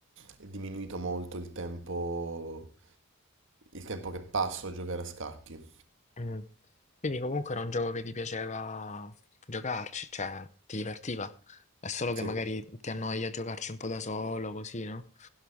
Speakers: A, on the right (about 55°); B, on the left (about 30°).
A: è diminuito molto il tempo, il tempo che passo a giocare a scacchi.
B: mm. Quindi comunque era un gioco che ti piaceva giocarci, cioè ti divertiva. È solo
A: Sì.
B: che magari ti annoia a giocarci un po' da solo, così, no?